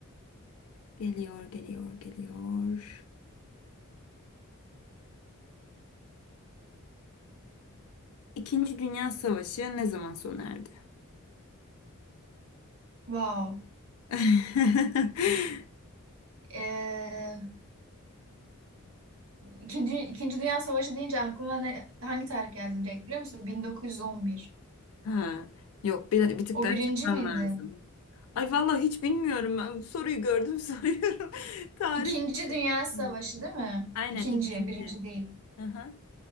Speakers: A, on the left; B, on the right.
A: geliyor, geliyor, geliyor. İkinci Dünya Savaşı ne zaman sona erdi?
B: Wow.
A: <laughs>
B: Ee, İkinci, İkinci Dünya Savaşı deyince aklıma ne, hangi tarih geldi direkt biliyor musun? 1911.
A: Ha, yok bir, bir tık
B: O
A: daha
B: birinci
A: çıkman
B: miydi?
A: lazım. Ay vallahi hiç bilmiyorum ben. Soruyu gördüm <laughs> soruyorum. Tarih.
B: İkinci Dünya Savaşı
A: Hmm.
B: değil mi?
A: Aynen
B: İkinci,
A: ikinci.
B: birinci değil.
A: Aha.